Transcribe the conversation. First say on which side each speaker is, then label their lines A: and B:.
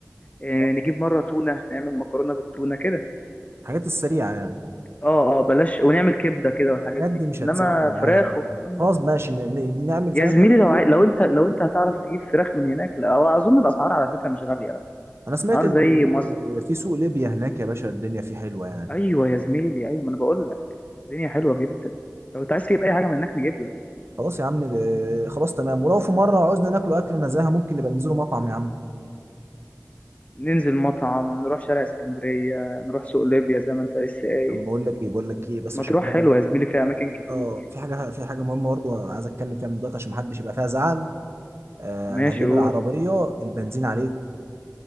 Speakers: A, on the left; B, on the right.
A: إيه
B: اه
A: نجيب مرة تونة نعمل مكرونة بالتونة كده
B: الحاجات السريعة يعني
A: اه اه بلاش ونعمل كبده كده والحاجات
B: الحاجات
A: دي
B: دي مش هتسد
A: انما
B: معايا
A: فراخ والكلام
B: خلاص
A: ده
B: ماشي ن- ن- نعمل زي
A: يا
B: ما
A: زميلي
B: انت بتقول
A: لو عاي... لو انت لو انت هتعرف تجيب فراخ من هناك لا هو اظن الاسعار على فكره مش غاليه لا
B: انا سمعت
A: اسعار
B: ان
A: زي مصر
B: في سوق ليبيا هناك يا باشا الدنيا فيه حلوة يعني
A: ايوه يا زميلي ايوه ما انا بقول لك الدنيا حلوه جدا لو انت عايز تجيب اي حاجه من هناك نجيب لك
B: خلاص يا عم ده- خلاص تمام ولو في مرة عاوزنا ناكلوا أكلة نزاهة ممكن نبقى ننزلوا مطعم يا عم
A: ننزل مطعم نروح شارع اسكندريه نروح سوق ليبيا زي ما انت لسه قايل
B: طب بقول لك ايه بقول لك ايه بس
A: مطروح
B: عشان في حاجة
A: حلوه يا زميلي فيها اماكن كتير
B: اه في حاجة في حاجة مهمة برضه عايز اتكلم فيها من دلوقتي عشان محدش يبقى فيها زعل آه
A: ماشي
B: انا هجيب
A: قول
B: العربية البنزين عليه